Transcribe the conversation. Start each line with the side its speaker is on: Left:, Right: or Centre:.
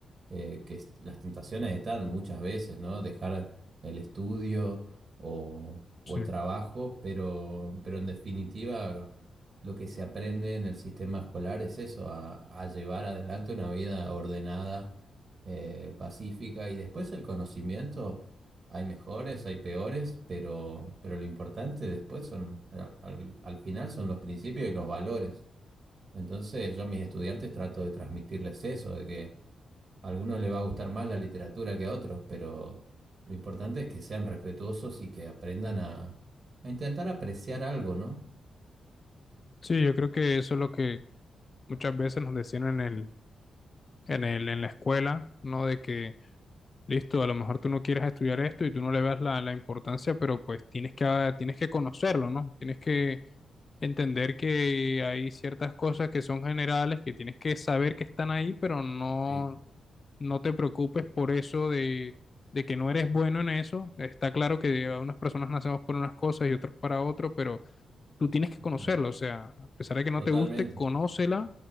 Right: eh, que es- las tentaciones están muchas veces, ¿no? Dejar el estudio o, o
Left: sí.
Right: el trabajo, pero, pero en definitiva lo que se aprende en el sistema escolar es eso, a, a llevar adelante una vida ordenada, eh, pacífica y después el conocimiento. Hay mejores, hay peores, pero, pero lo importante después son, al, al- al final son los principios y los valores. Entonces yo a mis estudiantes trato de transmitirles eso, de que a algunos les va a gustar más la literatura que a otros, pero lo importante es que sean respetuosos y que aprendan a, a intentar apreciar algo, ¿no?
Left: Sí, yo creo que eso es lo que muchas veces nos decían en el, en el, en la escuela, ¿no? De que, listo, a lo mejor tú no quieres estudiar esto y tú no le das la, la importancia, pero pues tienes que, ah, tienes que conocerlo, ¿no? Tienes que entender que hay ciertas cosas que son generales, que tienes que saber que están ahí, pero no,
Right: Sí.
Left: no te preocupes por eso de, de que no eres bueno en eso. Está claro que unas personas nacemos por unas cosas y otros para otro, pero tú tienes que
Right: Ujú.
Left: conocerla, o sea, a pesar de que no
Right: Totalmente.
Left: te guste, conócela